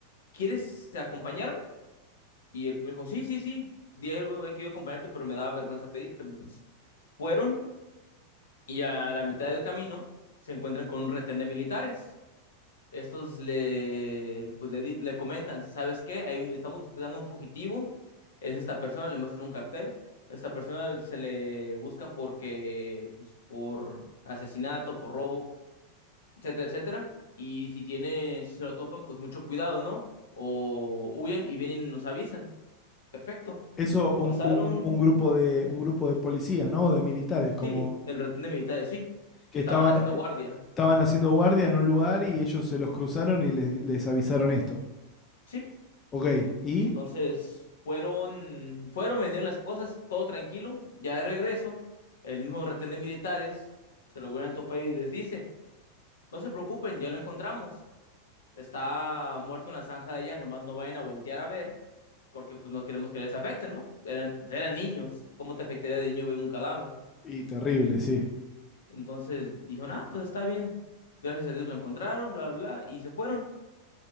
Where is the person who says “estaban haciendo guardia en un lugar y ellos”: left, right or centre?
Left